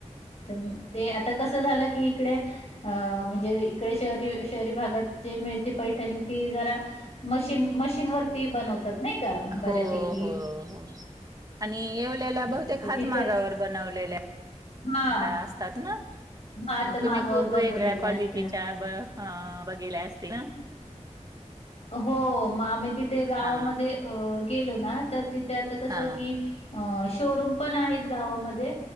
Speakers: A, on the left; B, on the right.
A: तर ते आता कसं झालं की इकडे अ म्हणजे इकडे शहरी शहरी भागात जे मिळते पैठणी ती जरा मशीन, मशीनवरती बनव त्यात नाही का? बऱ्यापैकी.
B: हो हो हो. आणि येवल्याला
A: हं.
B: बहुतेक
A: तर
B: हातमागावर
A: तिथे
B: बनवलेल्या
A: हां.
B: असतात ना.
A: हात
B: मग तुम्ही
A: मागावर
B: खूप वेगळ्या
A: बनवलेले
B: क्वालिटीच्या
A: असतात.
B: बघितल्या असतील ना.
A: हो मग, आम्ही तिथे गावामध्ये
B: हा
A: अ गेलो ना, तर तिथे आता कस
B: हा
A: की अ शोरूम पण आहेत गावामध्ये